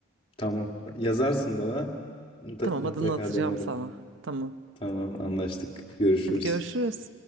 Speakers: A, on the left (about 25°); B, on the right (about 60°).
A: Tamam. Yazarsın bana. Mutlaka
B: Tamam
A: mutlaka
B: adını atacağım
A: denerim.
B: sana. Tamam.
A: Tamam, anlaştık. Görüşürüz.
B: Hadi görüşürüz.